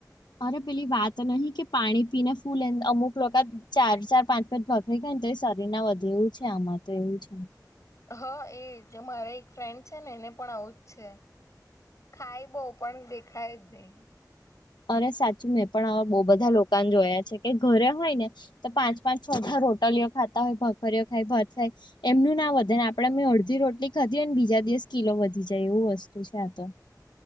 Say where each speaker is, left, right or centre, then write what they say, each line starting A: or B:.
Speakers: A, on the left (about 80°); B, on the left (about 45°).
A: અરે પેલી વાત નહિ કે પાણી પીને ફૂલ અમુક લોકા ચાર ચાર પાંચ પાંચ ભાખરી ખાય ને તો એ શરીર ના વધે એવું છે આમાં તો એવું છે.
B: હા એ જે મારે એક ફ્રેન્ડ છે ને એને પણ આવું જ છે. ખાય બહ પણ દેખાય જ નહી.
A: અરે સાચું મેં પણ આવા બહુ બધા લોકોને જોયા છે કે ઘરે હોય ને. તો પાંચ પાંચ છઢા રોટલીઓ ખાતા હોય ભખરીઓ ખાય ભત ખાય. એમનું ના વધે ને આપડે મેં અડધી રોટલી ખાધી હો ને બીજા દિવસ કિલો વધી જાય એવું વસ્તુ છે આ તો.